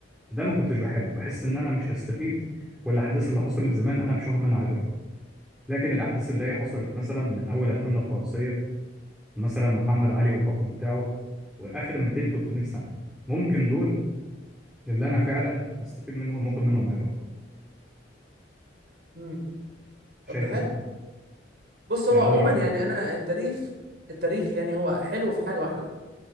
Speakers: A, in the centre; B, on the right.
A: ده ما كنتش بحبه بحس ان انا مش هستفيد والاحداث اللي حصلت زمان انا مش واخد منها عبره لكن الاحداث اللي هي حصلت مثلا من اول الحمله الفرنسيه مثلا محمد علي والحكم بتاعه واخر 200 300 سنه ممكن دول اللي انا فعلا استفيد منهم واخد منهم عبره
B: امم
A: شايف
B: طب ده حلو
A: ايه
B: بص هو
A: يعني
B: عموما
A: ده رايي
B: يعني انا التاريخ التاريخ يعني هو حلو في حاجه واحده